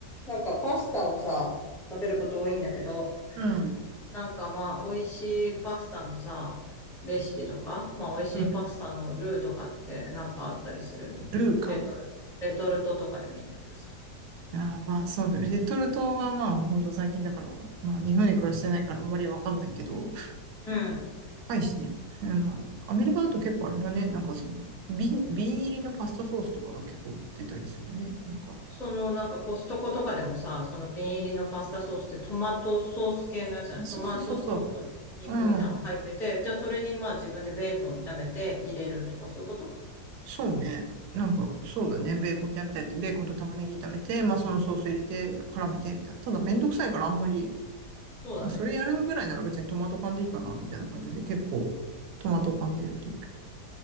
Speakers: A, in the centre; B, on the right.
A: なんかパスタをさ、食べること多いんだけど、
B: うん。
A: なんかまあ、美味しいパスタのさ、レシピとか、まあ、美味しいパスタのルーとかってなんかあったりするレトルト。
B: うん。ルーか。
A: レトルトとかでもいいんだけどさ。
B: あーまあ、そう、レトルトはまあ、本当最近だから、まあ、日本に暮らしてないからあんまりわかんないけど、
A: うん。
B: 高いしね。うんまあ、アメリカだと結構あれだね。なんかその、瓶、瓶入りのパスタソースとかが結構売ってたりするね。なんか、
A: そのなんかコストコとかでもさ、その瓶入りのパスタソースってトマトソース系のやつじゃないトマトソースとニンニクみたいなのが入ってて、
B: そうそうそうそう。うん。
A: じゃあそれにまあ自分でベーコンを炒めて入れるとかそういうこと
B: そうね。なんか、そうだね。
A: うん
B: ベーコン炒めたい。ベーコンと玉ねぎ炒めて、まあ、そのソース入れて、絡めて、みたいな。ただ、めんどくさいからあんまり、
A: そうだね。
B: まあ、それやるぐらいなら別にトマト缶でいいかな、みたいな感じで、結構、トマト缶でやってるけど。